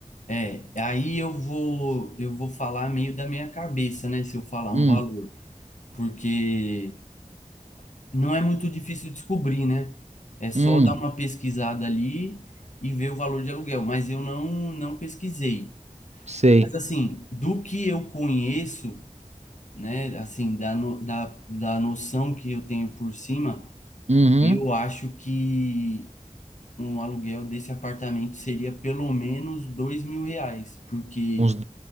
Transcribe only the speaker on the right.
Hum,
hum,
sei.
Uhum.
Uns,